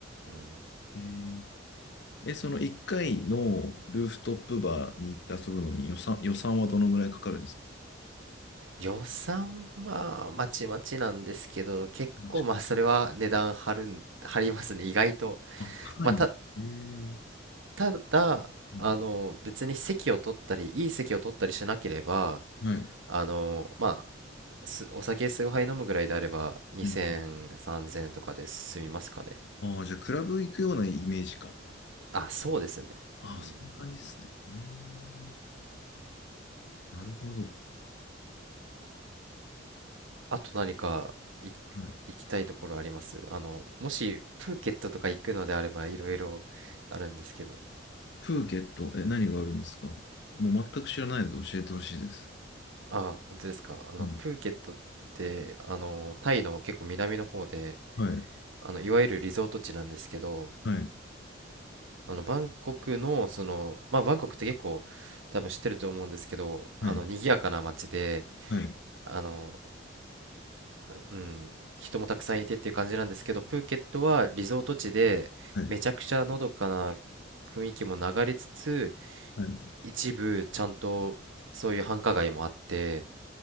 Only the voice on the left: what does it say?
い。へえ。え、その1回のルーフトップバーに行って遊ぶのに予算、予算はどのぐらいかかるんですか
マジか。
あ、高いへえ。
うん
はい。うん
うん
ああ、じゃあ、クラブ行くようなイメージか。
ああ、
そんな感じですね。ええ。なるほど。
はい。
プーケット、え、何があるんですかもう全く知らないので教えてほしいです。
はい。
はい。
はい。
はい。
はい。はい。
はい。
はい